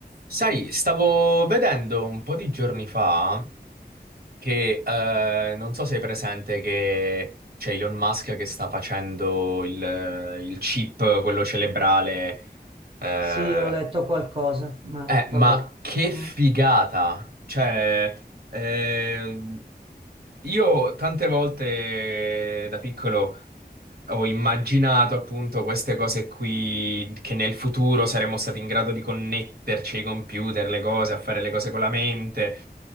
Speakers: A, on the right; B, on the right.
A: Sai, stavo vedendo un po' di giorni fa che eh, non so se è presente che c'è Elon Musk che sta facendo il, il chip, quello cerebrale. eh,
B: Sì, ho letto qualcosa, ma
A: eh,
B: vabbè.
A: ma che figata!
B: Mm.
A: Cioè, ehm, io tante volte da piccolo ho immaginato appunto queste cose qui, che nel futuro saremmo stati in grado di connetterci ai computer, le cose, a fare le cose con la mente,